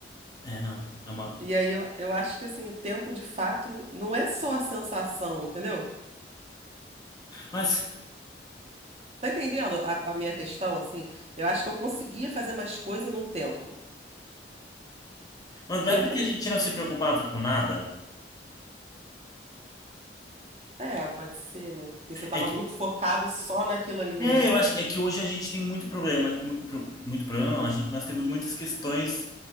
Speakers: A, on the left; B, on the right.
A: É, não. É uma...
B: E aí eu, eu acho que assim, o tempo de fato não é só a sensação, entendeu?
A: Mas,
B: Tá entendendo a, a minha questão, assim? Eu acho que eu conseguia fazer mais coisa num tempo
A: mas não
B: que
A: é
B: eu...
A: porque
B: co-
A: a gente não se preocupava com nada.
B: É, pode ser, né? Porque você tava
A: É que,
B: muito focado só naquilo ali,
A: é,
B: né?
A: eu acho que é que hoje a gente tem muito problema. mu- pro- Muito problema, não. A gente, nós temos muitas questões